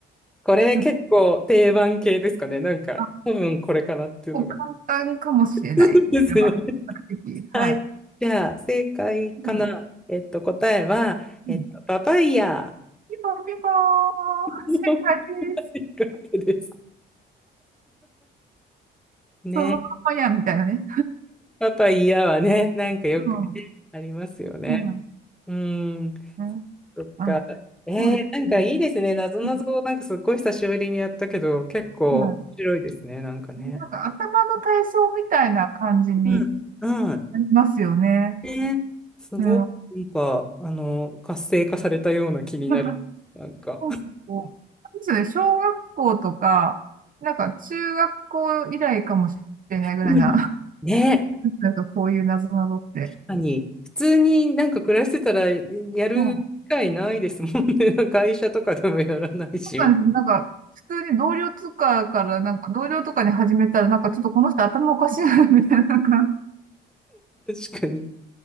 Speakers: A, in the centre; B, on the right (about 45°).
A: これ結構定番系ですかね。
B: うん
A: なんか、
B: あ、
A: 多分これかなっていうのが。
B: こう簡単かもしれない。
A: <laughs> そうですよ
B: これは、比較的。
A: はい。
B: はい。
A: じゃあ、正解かな。
B: うん
A: えっと、答えは、えっと、
B: うん
A: パパイヤ。
B: ピンポンピンポーン正解
A: よか
B: です。
A: ったです。ね。
B: そのままや、みたいなね。
A: パパイヤはね、なんかよくね、
B: うん。
A: ありますよね。
B: うん。
A: うーん。
B: ね
A: そっか。
B: あ、
A: えー、
B: そうですね。
A: なんかいいですね。なぞなぞ、
B: うん
A: なんかすっごい久しぶりにやったけど、結構面白いですね。
B: いや
A: なんかね。
B: なんか頭の体操みたいな感じに
A: うん。うん。
B: なりますよね。
A: ね。すごい、
B: うん。
A: なんか、あの、活性化されたような気になる。
B: <laughs>
A: なんか。
B: そうそうあれですよね、小学校とか、なんか中学校以来かもしれないぐらいな、
A: うん。ね。
B: <laughs> なんかこういう謎ぞって。
A: かに、普通になんか暮らしてたらやる機会ないですもんね。
B: うん。そ
A: <laughs> なんか会社とかでもやらないし、
B: うなんですよ。なんか、普通に同僚とかから、なんか同僚とかに始めたら、なんかちょっとこの人頭おかしいな、みたいな、なんか
A: 確かに。